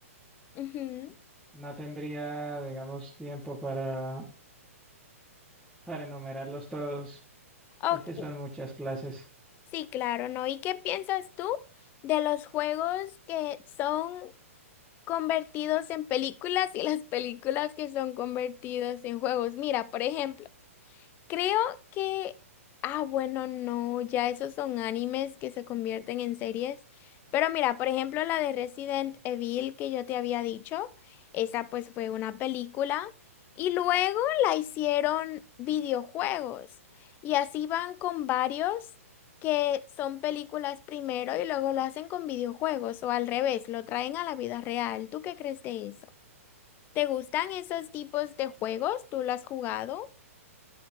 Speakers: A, on the left; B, in the centre.
A: ujú,
B: no tendría, digamos, tiempo para, para enumerarlos todos.
A: Ok,
B: Es que son muchas clases.
A: sí, claro, ¿no? ¿Y qué piensas tú de los juegos que son convertidos en películas y las películas que son convertidos en juegos? Mira, por ejemplo. Creo que, ah, bueno, no, ya esos son animes que se convierten en series. Pero mira, por ejemplo, la de Resident Evil que yo te había dicho, esa pues fue una película y luego la hicieron videojuegos. Y así van con varios que son películas primero y luego lo hacen con videojuegos o al revés, lo traen a la vida real. ¿Tú qué crees de eso? ¿Te gustan esos tipos de juegos? ¿Tú lo has jugado?